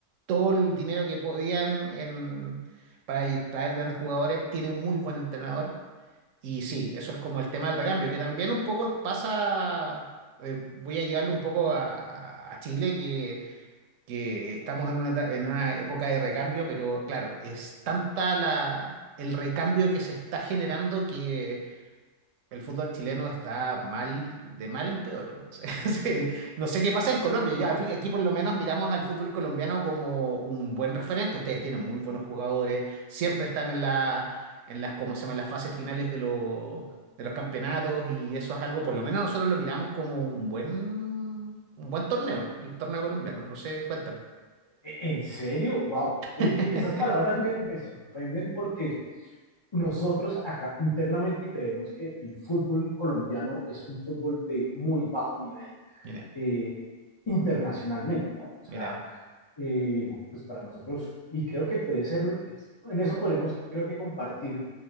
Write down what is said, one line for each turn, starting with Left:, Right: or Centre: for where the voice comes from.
Right: todo el dinero que podían en, para lle- traer grandes jugadores, tienen muy buen entrenador y sí, eso es como el tema del recambio, que también un poco pasa, eh, voy a llegarle un poco a, a Chile, que que estamos en una, eta- en una época de recambio, pero claro, es tanta la, el recambio que se está generando que el fútbol chileno está mal, de mal en peor. <laughs> O sea, sí. No sé qué pasa en Colombia. Ya, aquí aquí por lo menos miramos al fútbol colombiano como un buen referente. Ustedes tienen muy buenos jugadores, siempre están en la, en las, ¿cómo se llama? en las fases finales de los de los campeonatos y eso es algo, por lo menos nosotros lo miramos como un buen, un buen torneo, el torneo colombiano. No sé, cuéntame.
Left: E- ¿En serio? ¡Wow! E-
Right: <laughs>
Left: e- Esas palabras me, me sorprenden porque nosotros acá internamente creemos que el fútbol colombiano es un fútbol de muy bajo nivel.
Right: Mira,
Left: eh, internacionalmente, ¿no? O sea,
Right: mira.
Left: eh, pues para nosotros, y creo que puede ser, en eso podríamos, creo que compartir,